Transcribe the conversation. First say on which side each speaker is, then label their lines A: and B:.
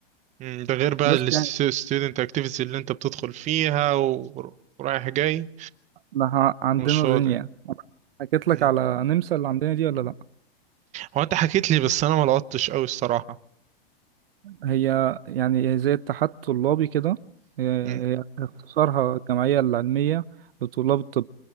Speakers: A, on the right; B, on the right.
A: مم، ده غير بقى
B: بس
A: الستودنت
B: يعني
A: اكتيفيتي اللي انت بتدخل فيها و- ورايح جاي
B: احنا عندنا
A: ومش فاضي
B: دنيا حكيت لك
A: مم.
B: على نمسا اللي عندنا دي ولا لا
A: هو انت حكيت لي بس انا ما لقطتش قوي الصراحة
B: هي يعني هي زي الاتحاد الطلابي كده هي
A: مم،
B: هي اختصارها الجمعية العلمية لطلاب الطب